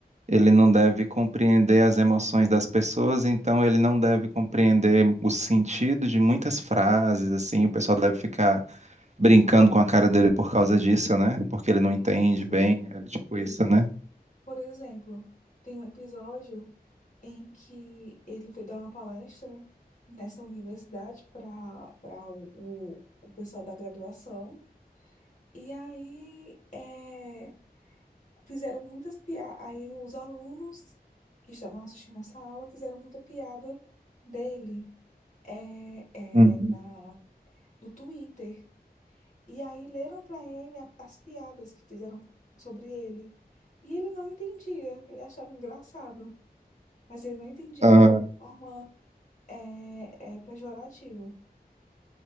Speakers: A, on the right; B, on the left.
A: ele não deve compreender as emoções das pessoas, então ele não deve compreender o sentido de muitas frases, assim, o pessoal deve ficar brincando com a cara dele por causa disso, né? Porque ele
B: Isso.
A: não entende bem, é tipo
B: isso
A: isso, né?
B: por exemplo, tem um episódio em que ele foi dar uma palestra nessa universidade para para o, o, o pessoal da graduação. E aí, é, fizeram muitas piadas. Aí os alunos que estavam assistindo essa aula fizeram muita piada dele é,
A: Uhum.
B: é, na, no Twitter. E aí leram para ele a- as piadas que fizeram sobre ele. E ele não entendia, ele achava engraçado, mas ele não entendia
A: Ah,
B: que era uma forma é, é, pejorativa.